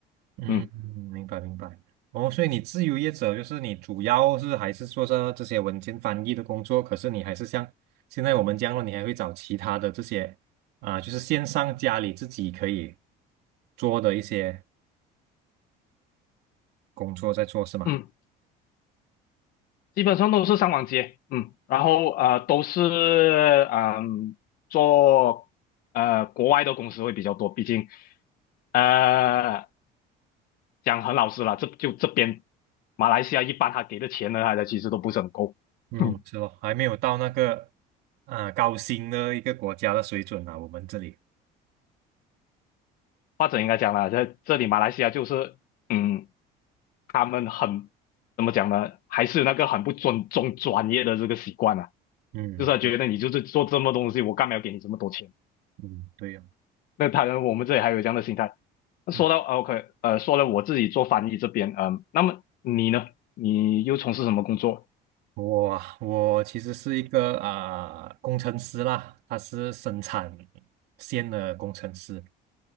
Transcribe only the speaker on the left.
嗯
嗯，基本上都是上网接，嗯，然后呃都是嗯、做呃国外的公司会比较多，毕竟呃讲很老实了，这就这边马来西亚一般他给的钱呢，他的其实都不是很够，
嗯，
或者应该讲啦，在这里马来西亚就是嗯他们很。怎么讲呢？还是有那个很不尊重专业的这个习惯啊。
就是他觉得你就是做这么多东西，我干嘛要给你这么多钱？
那当然，我们这里还有这样的心态。那说到啊
OK，呃，说了我自己做翻译这边，嗯、那么你呢？你又从事什么工作？